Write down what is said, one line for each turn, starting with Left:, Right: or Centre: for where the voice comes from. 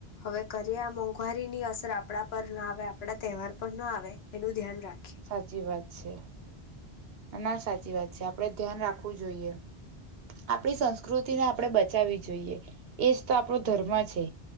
Left: હવે કરીએ આ મોંઘવારીની અસર આપણા પર ના આવે આપણા તહેવાર પણ ન આવે એનું ધ્યાન રાખે
Right: સાચી વાત છે ના સાચી વાત છે આપડે ધ્યાન રાખવું જોઈએ આપણી સંસ્કૃતિને આપણેે બચાવવી જોઈએ એજ તો આપણો ધર્મ છે